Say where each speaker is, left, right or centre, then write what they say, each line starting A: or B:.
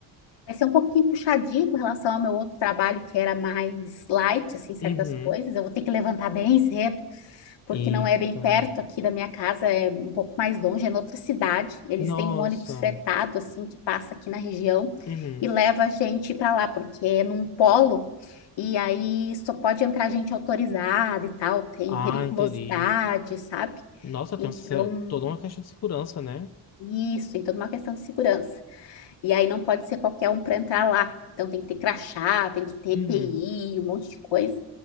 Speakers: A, on the left; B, on the left.
A: Vai ser um pouquinho puxadinho com relação ao meu outro trabalho, que era mais light, assim, certas
B: Uhum.
A: coisas. Eu vou ter que levantar bem cedo, porque
B: Eita.
A: não é bem perto aqui da minha casa, é um pouco mais longe, é noutra cidade. Eles
B: Nossa.
A: têm um ônibus fretado, assim, que passa aqui na região
B: Uhum.
A: e leva a gente para lá, porque é num polo, e aí só pode entrar gente autorizada e tal, tem
B: Ah,
A: periculosidade,
B: entendi.
A: sabe?
B: Nossa, tem
A: Então,
B: uma se- toda uma questão de segurança, né?
A: isso, tem toda uma questão de segurança. E aí não pode ser qualquer um para entrar lá. Então tem que ter crachá, tem que ter EPI,
B: Uhum.
A: um monte de coisa.